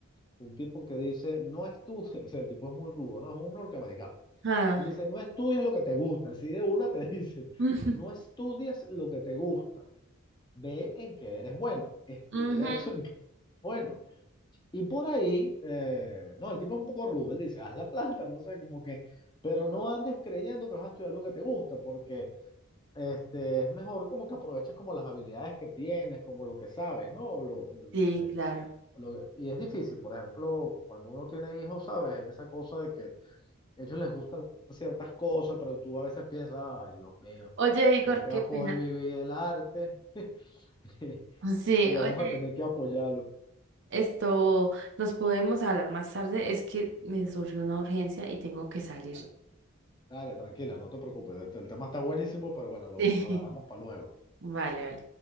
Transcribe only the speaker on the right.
Ah.
<laughs>
Ujú.
Sí,
claro.
Oye, Igor,
qué
pena.
<laughs> Sí,
oye,
esto, nos podemos hablar más tarde. Es que me surgió una urgencia y tengo que salir.
<laughs>
Sí.
Vale, vale.